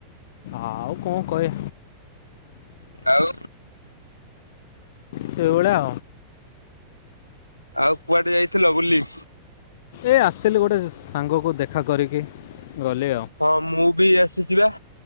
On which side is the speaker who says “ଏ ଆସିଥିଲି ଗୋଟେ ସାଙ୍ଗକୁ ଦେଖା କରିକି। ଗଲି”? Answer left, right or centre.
Left